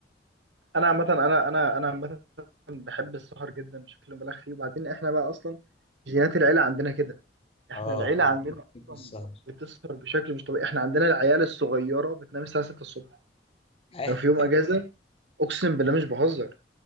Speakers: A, on the right; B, on the left.
A: انا عامه انا انا انا عامه بحب السهر جدا بشكل مبالغ فيه وبعدين احنا بقى اصلا جينات العيله عندنا كده احنا
B: اه
A: العيله
B: <laughs>
A: عندنا اصلا
B: السهر
A: بتسهر بشكل مش طبيعي احنا عندنا العيال الصغيره بتنام الساعه 6 الصبح
B: <laughs>
A: لو في يوم اجازه اقسم بالله مش بهزر